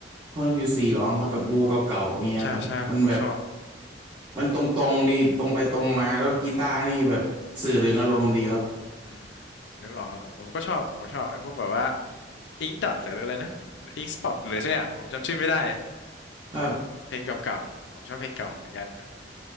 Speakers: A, on the right; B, on the left.
A: คนผิวสีร้องครับแบบบลูเก่าๆอย่างเงี้ยครับมันแบบ
B: อ๋อใช่ใช่ผมก็ชอบ
A: มันตรงๆดีตรงไปตรงมาแล้วกีตาร์นี่แบบสื่อถึงอารมณ์ดีครับ
B: อืมนึกออกครับผมผมก็ชอบผมก็ชอบไอ้พวกแบบว่าอิงดอทหรืออะไรนะอิงสปอตหรือสักอย่างผมจำชื่อไม่ได้
A: ครับ
B: เพลงเก่าๆผมชอบเพลงเก่าเหมือนกันครับ